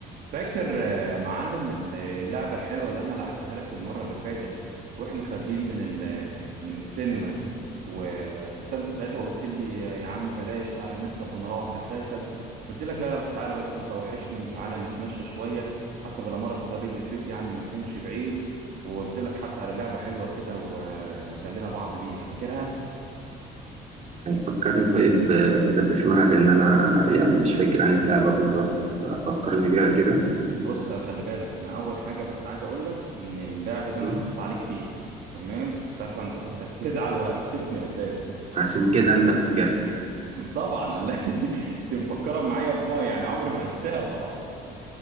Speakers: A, on the right; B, on the right.
A: فاكر يا معلم ال- اللعبة الحلوة اللي أنا لعبتها لك المرة اللي فاتت وإحنا خارجين من ال- من السينما وحتى أنت ساعتها قلت لي آه، يا عم بلاش تعالى نركب ونروح أساسا قلت لك لا لا بس تعالى بس أنت وحشني وتعالى نتمشى شوية حتى بلا مرة الطريق للبيت يعني ما كانش بعيد وقلت لك حتى على لعبة حلوة كده و- وسألنا بعض بيها فاكرها؟
B: فكرني طيب آه، كده باسمها لأن أنا يعني مش فاكر عن اللعبة بالظبط ففكرني بيها كده
A: بص خلي بالك انا اول حاجه بس عايز اقول لك ان اللعب ده
B: مم.
A: انا حطيت عليك فيه تمام ساعتها انت كنت هتزعل وهتسيبني اساسا
B: عشان كده
A: تمام
B: أنت فاكر
A: <laughs> طبعا قال لي- <laughs> دي مفكره معايا بما يعني عمري ما هنساها طبعا